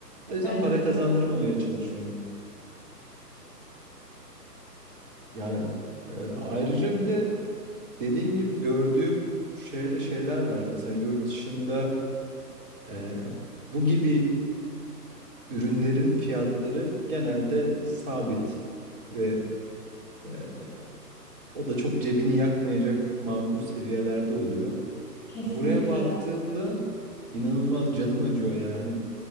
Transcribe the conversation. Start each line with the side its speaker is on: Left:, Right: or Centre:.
Right: O yüzden
Centre: Evet
Right: para kazandırmamaya
Centre: evet.
Right: çalışıyorum. Yani e, ayrıca bir de dediğin gibi gördüğüm şöyle şeyler var. Mesela yurt dışında e, bu gibi ürünlerin fiyatları genelde sabit ve Ee, o da çok cebini yakmayacak makul seviyelerde oluyor.
Centre: Kesinlikle.
Right: Buraya baktığımda inanılmaz canım acıyor ya. Hani